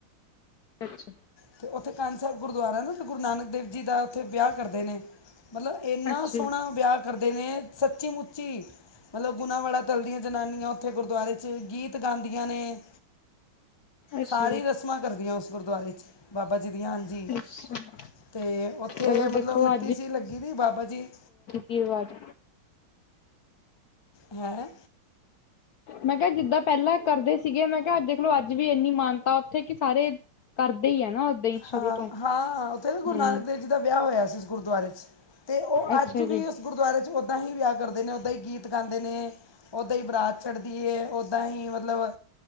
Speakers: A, on the left; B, on the left.
A: ਅੱਛਾ।
B: ਅਤੇ ਉੱਥੇ ਕਾਨ ਸਾਹਿਬ ਗੁਰਦੁਆਰਾ ਹੈ ਨਾ, ਉੱਥੇ ਗੁਰੂ ਨਾਨਕ ਦੇਵ ਜੀ ਦਾ ਉੱਥੇ ਵਿਆਹ ਕਰਦੇ ਨੇ ਮਤਲਬ, ਇੰਨਾ
A: ਅੱਛਾ
B: ਸੋਹਣਾ
A: ਜੀ
B: ਵਿਆਹ ਕਰਦੇ ਨੇ ਸੱਚੀ- ਮੁੱਚੀ ਮਤਲਬ ਗੁਣਾ ਵਾਲਾ ਤਲਦੀਆਂ ਜਨਾਨੀਆਂ। ਉੱਥੇ ਗੁਰਦੁਆਰੇ ਚ, ਗੀਤ ਗਾਦੀਆਂ ਨੇ
A: ਅੱਛਾ
B: ਸਾਰੀ
A: ਜੀ
B: ਰਸ ਮਾ ਕਰਦੀਆਂ। ਉਸ ਗੁਰਦੁਆਰੇ ਚ ਬਾਬਾ ਜੀ ਦੀਆਂ ਹਨ ਜੀ
A: ਅੱਛਾ
B: ਤੇ ਉੱਥੇ
A: ਚਲੋ
B: ਮਤਲਬ
A: ਦੇਖੋ
B: ਮਿੱਟੀ ਸੀ। ਲੱਗੀ ਨਹੀਂ ਬਾਬਾ ਜੀ
A: ਇਹ ਵਾਜ਼
B: ਹੇਂ
A: ਮੈਂ ਕਿਹਾ ਜਿੱਦਾਂ ਪਹਿਲਾਂ ਕਰਦੇ ਸੀਗੇ। ਮੈਂ ਕਿਹਾ, ਦੇਖਲੋ ਅੱਜ ਵੀ ਇੰਨੀ ਮਾਨਤਾ ਉੱਥੇ ਕਿ ਸਾਰੇ ਕਰਦੇ ਹੀ ਆ ਨਾ ਓਦਾਂ ਹੀ ਸ਼ੁਰੂ
B: ਹਾਂ-ਹਾਂ।
A: ਤੋਂ
B: ਉੱਥੇ ਵੀ ਗੁਰੂ
A: ਹਮ
B: ਨਾਨਕ ਦੇਵ ਜੀ ਦਾ ਵਿਆਹ ਹੋਇਆ ਸੀ। ਉਸ ਗੁਰਦੁਆਰੇ ਚ, ਤੇ ਉਹ
A: ਅੱਛਾ
B: ਅੱਜ ਵੀ
A: ਜੀ
B: ਗੁਰਦੁਆਰੇ ਚ, ਓਦਾਂ ਹੀ ਵਿਆਹ ਕਰਦੇ ਨੇ, ਉੱਦਾਂ ਹੀ ਗੀਤ ਗਾਦੇ ਨੇ। ਓਦਾਂ ਹੀ ਬਰਾਤ ਚੜ੍ਹਦੀ ਏ ਓਦਾਂ ਹੀ ਮਤਲਬ